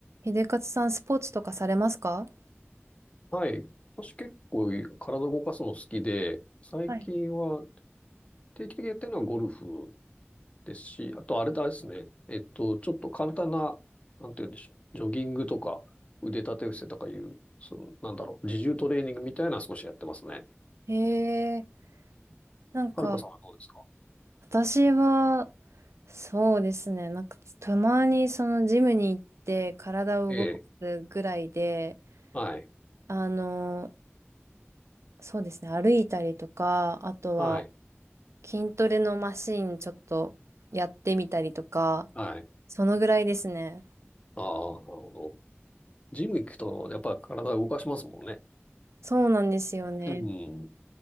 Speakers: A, on the right (about 85°); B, on the left (about 30°).
A: 秀勝さん、スポーツとかされますか
B: はい。私結構体動かすの好きで、最近は
A: はい
B: 定期的にやってるのはゴルフですし、あとあれだですね。えっと、ちょっと簡単な、なんて言うんでしょう。ジョギングとか腕立て伏せとかいう、その、なんだろう、自重トレーニングみたいなのは少しやってますね。
A: へえ、なんか、
B: はるかさんはどうですか
A: 私は、そうですね、なんか、たまにそのジムに行って、体を動かすぐらいで、
B: ええ。はい。
A: あの、そうですね、歩いたりとか、あとは、
B: はい。
A: 筋トレのマシンちょっとやってみたりとか、
B: はい。
A: そのぐらいですね。
B: ああ、なるほど。ジム行くと、やっぱ体動かしますもんね。
A: そうなんですよね。
B: うん。